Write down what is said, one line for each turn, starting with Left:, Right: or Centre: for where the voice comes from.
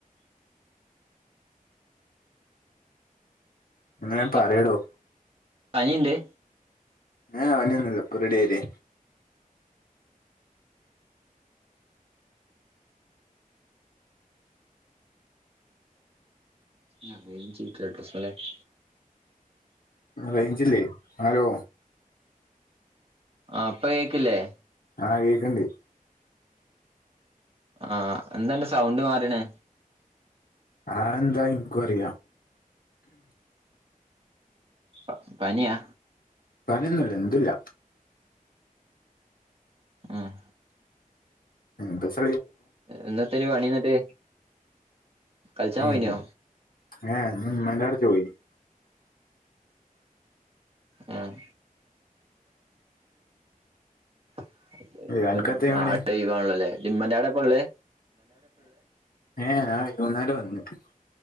Left: എന്ന ഞൻ
Right: എന്താ
Left: പറയടോ
Right: പനിണ്ട്?
Left: ഏ വനിയൊന്നില്ല പ്പൊറെടിയയിലെ.
Right: ആ ചീറ്റ അഡ്രസല്ലേ <inaudible>
Left: റേഞ്ചില്ലേ അലോ
Right: ആഹ് പ്പ കേക്കില്ലേ?
Left: ആഹ് കേക്കണ്ട്
Right: ആഹ എന്താന്റെ സൗണ്ട് മാറണ്?
Left: ആഹ എന്താ ഇന്ക്കും അറീല.
Right: പ പനിയാ?
Left: പനിയൊന്നുല്ല എന്തുല്ല.
Right: ആഹ
Left: ഉ പ
Right: ഇന്നത്തനി പണിന്നിട്ട് കളിച്ചാൻ
Left: ഉം
Right: പോയിനോ
Left: ഏ എന്ത അടച്ച പോയി <inaudible>
Right: ഉം <unintelligible>
Left: അനക്കെന്തേ
Right: നാളെ
Left: പണി
Right: ഒയിവണല്ലേ ജിമ്മന്റെ ആടപ്പ ഉള്ളേ.
Left: ഏ ഏ ഇപ്പ നേരവന്നക്ക്